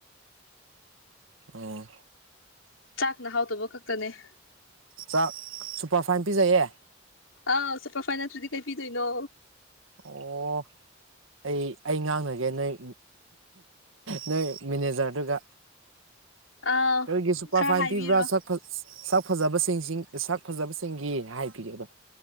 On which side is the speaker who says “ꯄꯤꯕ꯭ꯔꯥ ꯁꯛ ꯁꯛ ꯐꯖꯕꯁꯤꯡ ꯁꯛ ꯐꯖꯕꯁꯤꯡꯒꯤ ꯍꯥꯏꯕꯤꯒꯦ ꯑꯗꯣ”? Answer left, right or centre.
Right